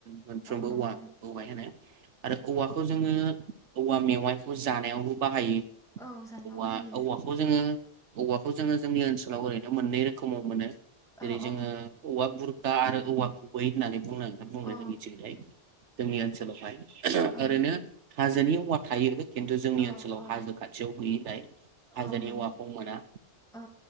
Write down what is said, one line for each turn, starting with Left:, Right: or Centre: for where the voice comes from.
Right: मोनफ्रोमबो
Centre: औ नंगौ
Right: औवा औवायानो आरो औवाखौ जोङो औवा मेवाइखौ जानायावल' बाहायो
Centre: औ जानायाव
Right: औवा
Centre: बाहायो
Right: औवाखौ जोङो औवाखौ जोङो जोंनि ओनसोलाव ओरैनो मोननै रोखोमाव मोनो
Centre: औ
Right: जेरै
Centre: अ
Right: जोङो औवा बुर खा आरो औवा गुबोै होननानै बुंनायखौ
Centre: अ औ
Right: जों मिथियो जोंनि ओनसोल <unintelligible>
Centre: औ
Right: ओरैनो हाजोनि औवा थायो खिन्थु जोंनि
Centre: औ
Right: ओनसोलाव
Centre: औ
Right: हाजो खाथियाव गैयिलाय
Centre: औ
Right: हाजोनि
Centre: नंगौ
Right: औवाखौ मोना
Centre: औ